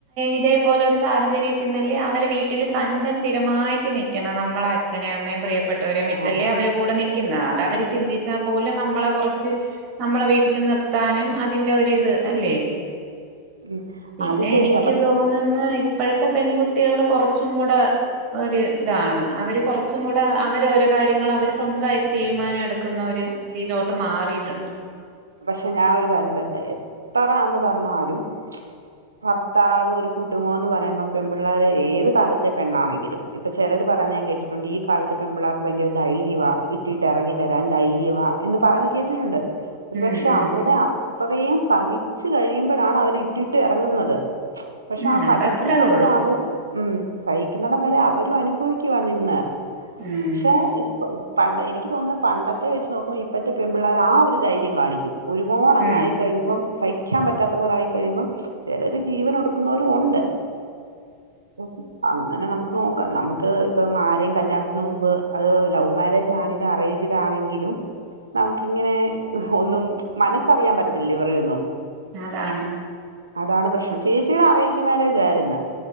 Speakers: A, on the right; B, on the right.
A: ഇതേപോലെ ഒരു സാഹചര്യത്തിന്നല്ലേ അവരെ വീട്ടിൽ തന്നെ സ്ഥിരമായിട്ട് നിക്കണം നമ്മളെ അച്ഛനേ അമ്മയും പ്രിയ ട്ടവരെ
B: ആ
A: വിട്ടല്ലേ അവരെ കൂടെ നി ക്ന്നാ അതവര് ചിന്തിച്ചാൽ പോലും നമ്മളെ കുറ ച്ച് നമ്മളെ വീട്ടിൽ നിർത്താനും അതിറെ ഒരിത് അല്ലേ
B: ഉം
A: പിന്നെ
B: അത് ശരിയാ
A: എനിക്ക്
B: പക്ഷെ
A: തോന്നുന്ന് ഇപ്പഴത്തെ പെൺകുട്ടിയേൾ കുറച്ചും കൂടെ ഒരു ഇതാണ് അവര് കുറച്ചും കൂടെ അവര ഓ കാര്യങ്ങൾ അവർ സ്വന്തായിട്ട് തീരുമാനം എടുക്കുന്ന ഒരു ഇതിലോട്ട് മാ റിയിട്ടുണ്ട്
B: പക്ഷെ ഞാൻ ഒരു കാര്യം പറയട്ടെ എത്രാന്ന് പറഞ്ഞാലും ഭർത്താവ് ഒരു കൂടുംമ്മോന്ന് പറയുമ്പോ പെൺപിള്ളേർ ഏത് കാലത്തെ പെണ്ണാണെങ്കിലും ഇപ്പൊ ചിലര് പറഞ്ഞേ ഞാൻ കേട്ടിട്ടുണ്ട് ഈ കാലത്ത് പെൺപിള്ളേർക്ക് ഭയങ്കര ധൈര്യവാ ഇട്ടിട്ട് ഇറങ്ങി വരാൻ ധൈര്യവാ എന്ന് പറയുന്ന കേട്ടിട്ടുണ്ട് ഒരുപക്ഷെ
A: ഉം ഉം
B: അവിടെ അത്രയും സഹിച്ചു കഴിയുമ്പഴാണ് അവര് ഇട്ടിട്ട് ഇറങ്ങുന്നത് പക്ഷെ
A: ഉം
B: ആ സഹിക്കുന്നയിടം
A: അതത്രേ ഉള്ളൂ
B: വരെ അവരെ ഉം സഹിക്കുന്നടം വരെ അവരും അനുഭവിക്കുവാ നിന്ന്
A: ഉം
B: പക്ഷേ ഇപ്പൊ ഇ പണ്ടെ എനിക്ക് തോന്നുന്നു പണ്ടത്തെ വെച്ച് നോക്കുമ്പോ ഇപ്പോഴത് പെൺപിള്ളേർ ആ ഒരു ധൈ ര്യം കാണിക്കും ഒരുപാട് അങ്ങായി
A: ഉം
B: കഴിയുമ്പം സഹിക്കാൻ പറ്റാത്ത പോല ആയി കഴിയുമ്പം ചിലര് ജീവൻ ഒടുക്കുന്നവരും ഉണ്ട് ഉം അ ങ്ങനെ നമുക്ക് നോക്കാം നമുക്ക് ഇപ്പം ആരെയും കല്യാണത്തിന് മുമ്പ് അത് ലവ് മാരേജ് ആണെലും അറേഞ്ച്ഡ് ആണെങ്കിലും നമുക്കിങ്ങനെ ഒന്നും മനസ്സറിയാൻ പറ്റത്തില്ല ഇവരടെയൊന്നും
A: അതാണ്
B: അതാണ് പ്രശ്നം ചേച്ചിയുടെ അറേഞ്ച് മാര്യേജ് ആയിരുന്ന്